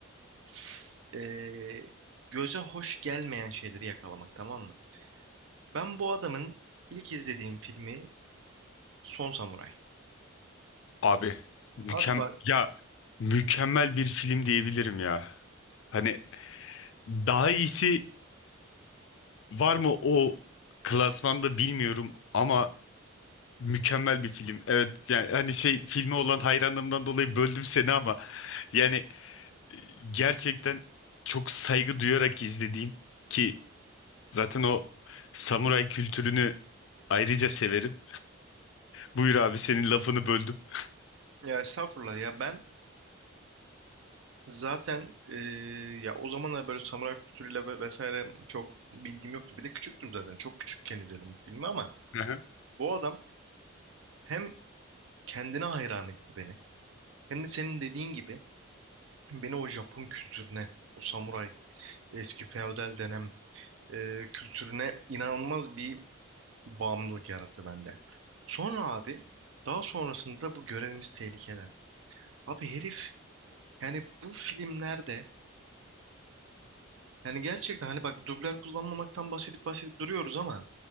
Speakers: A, on the right; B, on the left.
A: S- e, göze hoş gelmeyen şeyleri yakalamak tamam mı? Ben bu adamın ilk izlediğim filmi Son Samuray.
B: Abi mükem
A: Abi bak
B: ya mükemmel bir film diyebilirim ya. Hani daha iyisi var mı o klasmanda bilmiyorum ama Mükemmel bir film. Evet yani hani şey filme olan hayranlığımdan dolayı böldüm seni ama yani e, gerçekten çok saygı duyarak izlediğim ki zaten o samuray kültürünü ayrıca severim. Buyur abi senin lafını böldüm. <laughs>
A: ya estağfurullah ya ben zaten e, ya o zamanlar böyle samuray kültürüyle ve vesaire çok bilgim yoktu. Bir de küçüktüm zaten. Çok küçükken izledim bu filmi ama
B: Hı hı.
A: bu adam hem kendine hayran etti beni hem de senin dediğin gibi beni o Japon kültürüne, o samuray eski feodal dönem e, kültürüne inanılmaz bir bağımlılık yarattı bende. Sonra abi daha sonrasında bu görevimiz tehlikeler. Abi herif yani bu filmlerde Yani gerçekten hani bak dublör kullanmamaktan bahsedip bahsedip duruyoruz ama